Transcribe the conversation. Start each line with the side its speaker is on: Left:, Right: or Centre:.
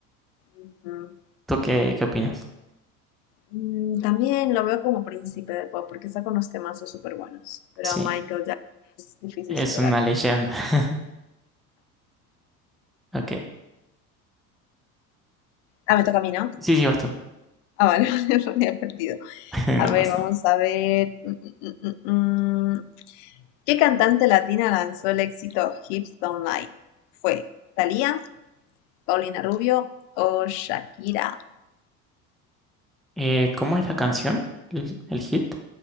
Left: Ujú.
Centre: ¿Tú qué, qué opinas?
Left: Mm, También lo veo como príncipe del pop porque saca unos temazos súper buenos, pero
Centre: Sí,
Left: a Michael Jackson es difícil
Centre: es
Left: superar.
Centre: una leyenda. <laughs> Ok,
Left: Ah, me toca a mí, ¿no?
Centre: sí, sí, vas tú.
Left: Ah, vale, <laughs> me había perdido.
Centre: <laughs>
Left: A
Centre: No
Left: ver,
Centre: pasa
Left: vamos
Centre: nada.
Left: a ver. Mm, mm, mm, mm, mm. ¿Qué cantante latina lanzó el éxito Hips Don't Lie? ¿Fue Thalía, Paulina Rubio o Shakira?
Centre: Eh, ¿cómo es la canción? ¿El, el hit?